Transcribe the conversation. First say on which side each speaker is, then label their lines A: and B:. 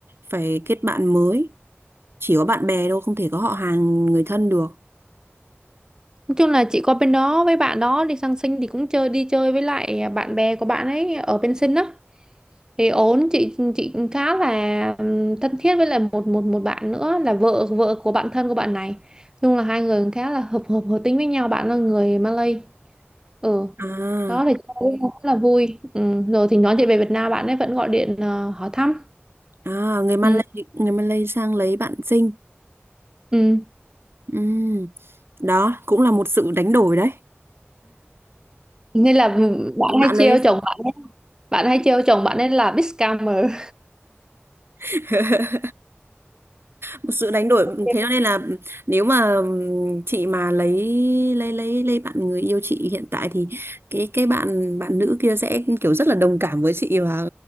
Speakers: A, on the right; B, on the right.
A: phải kết bạn mới. Chỉ có bạn bè đâu, không thể có họ hàng người thân được.
B: nói chung là chị qua bên đó với bạn đó đi sang sinh thì cũng chơi đi chơi với lại bạn bè của bạn ấy ở bên sinh á thì ổn chị chị khá là ừm, thân thiết với lại một một một bạn nữa là vợ vợ của bạn thân của bạn này Nói chung là hai người cũng khá là hợp hợp hợp tính với nhau bạn là người Malay ừ
A: À,
B: đó thì cũng cũng rất là vui ừ. rồi thì nói chuyện về Việt Nam bạn ấy vẫn gọi điện ờ, hỏi thăm
A: à người Malay
B: ừ.
A: người Malay sang lấy bạn sinh.
B: Ừ.
A: Ừm, Đó cũng là một sự đánh đổi đấy.
B: nên là ừ, bạn hay
A: Bạn ấy
B: trêu chồng bạn ấy bạn hay trêu chồng bạn ấy là big scammer
A: <laughs> một sự đánh
B: <laughs>
A: đổi thế cho nên là nếu mà ừm, chị mà lấy lấy lấy lấy bạn người yêu chị hiện tại thì cái cái bạn bạn nữ kia sẽ kiểu rất là đồng cảm với chị và